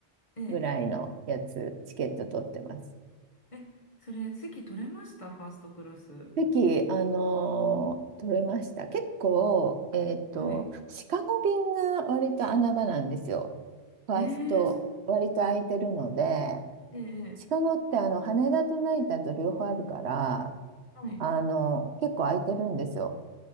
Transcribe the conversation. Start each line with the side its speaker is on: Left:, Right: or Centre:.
Left: ー、え
Right: ぐらいのやつ、チケット取ってます。
Left: ー、え、それ、席取れましたファーストクラス。
Right: 席、あのー取れました。結構、えっと、
Left: はい。
Right: シカゴ便が割と穴場なんですよ。ファースト、
Left: えー、そう、
Right: 割と空いてるので、
Left: えー、え
Right: シカゴってあの羽田と成田と両方あるから、
Left: ー、はい。
Right: あの、結構空いてるんですよ。